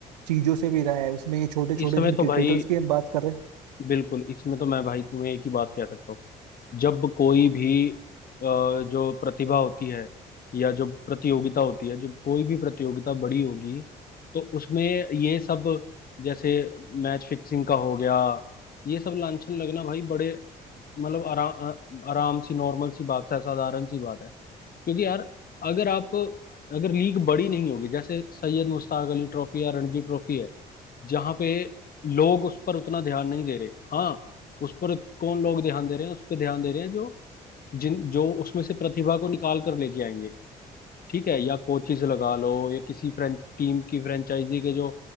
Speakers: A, on the right; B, on the left.
A: चीजों से भी रहा है उसमें ये छोटे छोटे
B: इस समय
A: जिन
B: तो भाई
A: क्रिकेटर्स की हम बात कर रहे हैं
B: बिल्कुल इसमें तो मैं भाई तुम्हें एक ही बात कह सकता हूँ जब कोई भी अ, जो प्रतिभा होती है या जो प्रतियोगिता होती है जब कोई भी प्रतियोगिता बड़ी होगी तो उसमें ये सब जैसे मैच फिक्सिंग का हो गया ये सब लांछन लगना भाई बड़े मतलब आराम आराम सी नॉर्मल सी बात है साधारण सी बात है क्योंकि यार अगर आप अगर लीग बड़ी नहीं होगी जैसे सैयद मुश्ताक अली ट्रॉफी या रणजी ट्रॉफी है जहाँ पे लोग उस पर उतना ध्यान नहीं दे रहे हाँ उस पर कौन लोग ध्यान दे रहे हैं उस पर ध्यान दे रहे हैं जो जिन जो उसमें से प्रतिभा को निकाल कर लेके आएंगे ठीक है या कोचिज लगा लो या किसी फ्रेंच टीम की फ्रेंचाइजी के जो